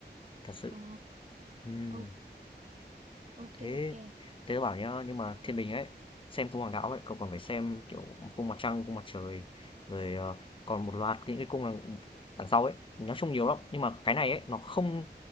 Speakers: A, on the left; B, on the right.
A: thật sự.
B: Ờ,
A: Ừm.
B: ô- ok
A: Thế
B: ok.
A: thế tớ bảo nhá, nhưng mà thiên bình ấy, xem cung hoàng đạo ấy, cậu còn phải xem kiểu cung mặt trăng, cung mặt trời, rồi ờ, còn một loạt những cái cung đằng, đằng sau ấy, nói chung nhiều lắm. Nhưng mà cái này ấy, nó không